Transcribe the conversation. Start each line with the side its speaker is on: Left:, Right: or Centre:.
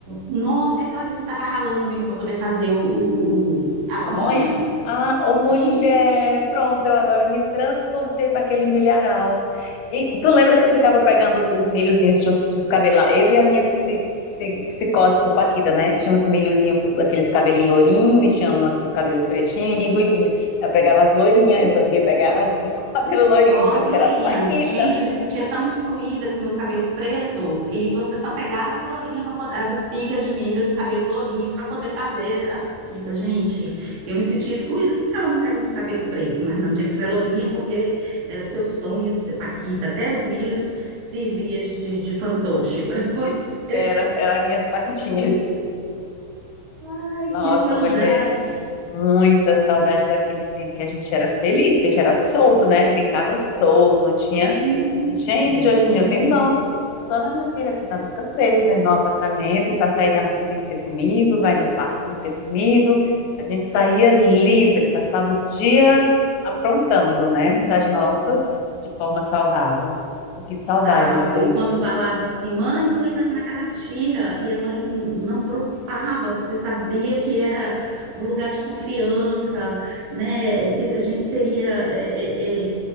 Right: Nossa, e aquela vez você estava ralando o milho para poder fazer o, o- o- a pamonha?
Left: Pamonha? Ah, ô mulher,
Right: Gente,
Left: pronto, eu agora me transportei para aquele milharal. E tu lembra que eu ficava pegando os, os milhozinhos, tinha os, tinha os cabelo lá? Eu e a minha psi- psi- psicose por Paquita, né? Tinha os milhozinhos, aqueles cabelinhos lourinhos, e tinha umas com os cabelos pretinhos e ruivinha. Eu pegava as lourinhas, eu só queria pegar as, os <laughs> cabelos lourinhos,
Right: Pós
Left: dizendo
Right: loirinha.
Left: que era as Paquita.
Right: Gente, eu me sentia tão excluída com o meu cabelo preto. E você só pegava as lourinhas para poder, as espigas de milho do cabelo lourinho para poder fazer as paquitas. Gente, eu me sentia excluída. Por que ela não pega no cabelo preto? Mas não, tinha que ser lourinha porque era seu sonho de ser paquita. Até os milhos servia de, de, de fantoche para <laughs> você.
Left: De- Era, era as minhas Paquitinhas.
Right: Ai,
Left: Nossa,
Right: que saudade.
Left: mulher. Muita saudade daquele tempo que a gente era feliz, porque a gente era solto, né? Brincava solto, não tinha,
Right: Hum,
Left: não tinha isso de hoje
Right: Sim.
Left: em dia. Eu tenho dó. Tenho dó da minha filha, que tava fica presa dentro de um apartamento e para sair na rua tem que ser comigo, vai no parque tem que ser comigo. A gente saía livre, passava o dia aprontando, né? Das nossas, de forma saudável. Nossa, que saudades,
Right: Contava,
Left: Lúcia.
Right: e quando falava assim, mãe, tô indo ali na casa da tia, e a mãe não preocupava, porque sabia que era um lugar de confiança, né, que a gente teria é, é, é,